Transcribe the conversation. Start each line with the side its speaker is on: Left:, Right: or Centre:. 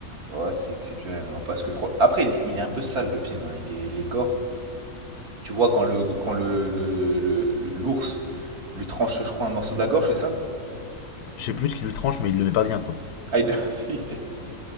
Right: Ouais, c'est exceptionnel, hein, parce que fran- après il est, il est un peu sale le film, hein, il est, il est gore. Tu vois quand le quand le le- le- le- l'ours lui tranche, je crois, un morceau de la gorge, c'est ça?
Left: Je sais plus ce qui lui tranche, mais il le met pas bien, quoi.
Right: Ah il, le... <laughs>